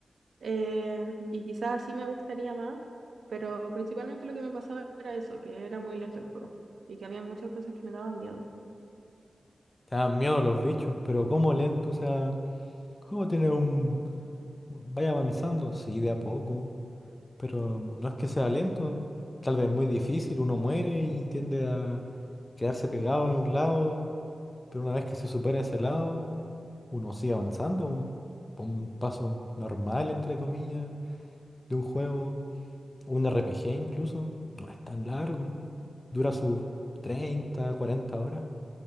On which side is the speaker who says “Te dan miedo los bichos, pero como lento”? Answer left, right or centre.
Left